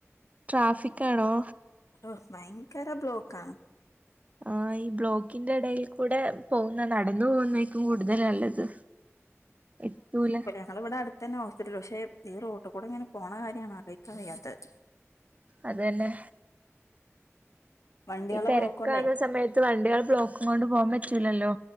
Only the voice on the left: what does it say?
ഓഹ് ഭയങ്കരം ബ്ലോക്കാണ്.
ഞങ്ങളവിടെ അടുത്തന്നെ ഹോസ്പിറ്റല്. പക്ഷേ ഈ റോട്ട് കൂടെ ഇങ്ങനെ പോണ കാര്യാണ് ആലോയ്ക്കാൻ വയ്യാത്തത്.
വണ്ടിയാളെ
ബ്ലോക്കോണ്ടേ